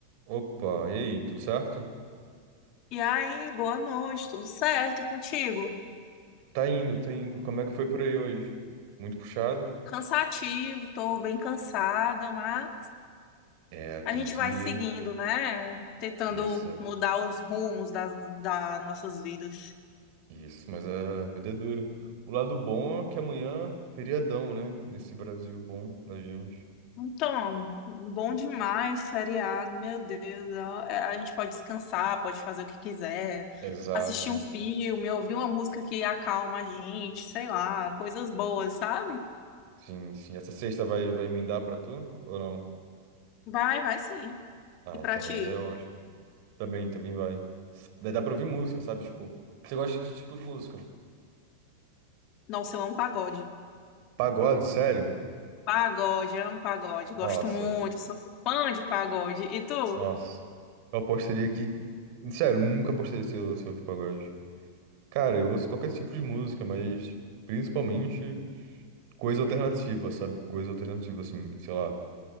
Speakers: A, on the right (about 45°); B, on the left (about 40°).
A: Opa, e aí, tudo certo?
B: E aí, boa noite, tudo certo e contigo?
A: Tá indo, tá indo. Como é que foi por aí hoje? Muito puxado?
B: Cansativo, tô bem cansada, mas
A: É, tem
B: a gente
A: que
B: vai
A: ir.
B: seguindo, né? Tentando
A: Isso,
B: mudar os rumos das, das nossas vidas.
A: isso, mas a vida é dura. O lado bom é que amanhã, feriadão, né? Nesse Brasil bom da gente.
B: Então, bom demais, feriado, meu Deus. ó, é, A gente pode descansar, pode fazer o que quiser,
A: Exato.
B: assistir um filme, ouvir uma música que acalma a gente, sei lá, coisas boas, sabe?
A: Sim, sim. Essa sexta vai, vai emendar pra tu ou não?
B: Vai, vai sim.
A: Ah,
B: E pra
A: então
B: ti?
A: aí é ótimo. Também, também vai. Daí dá pra ouvir música, sabe? Tipo, você gosta de que tipo de música?
B: Nossa, eu amo pagode.
A: Pagode, sério?
B: Pagode, amo pagode,
A: Nossa,
B: gosto muito, sou fã de pagode. E tu?
A: Nossa. Eu apostaria que. Sério, nunca apostaria se eu, se eu ouvir pagode. Cara, eu ouço qualquer tipo de música, mas principalmente coisa alternativa, sabe? Coisa alternativa, assim, sei lá,